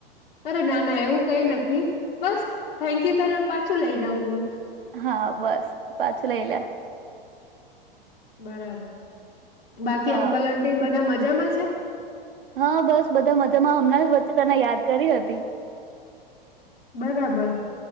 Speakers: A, on the left; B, on the right.
A: અરે ના ના એવું કઈ નથી બસ થેન્ક યુ તો પાછું લઈ લઉં હું
B: હા બસ પાછું લ એ લ <inaudible>
A: બરાબર બાકી
B: હા
A: અંકલ અટીી ને બધા મજા જામાં છે
B: હા બસ બધા મજામાં હમણાં જ વચ્ચે તને યાદ કરી હતી
A: બરાબર